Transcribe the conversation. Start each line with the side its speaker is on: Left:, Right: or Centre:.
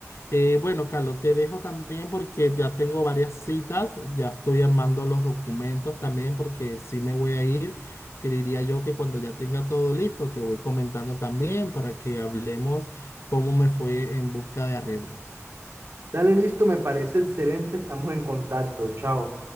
Left: Eh, bueno, Carlos, te dejo también porque ya tengo varias citas, ya estoy armando los documentos también porque sí me voy a ir. Creería yo que cuando ya tenga todo listo, te voy comentando también para que hablemos cómo me fue en busca de arriendos.
Right: Dale, listo, me parece excelente, estamos en contacto, chao.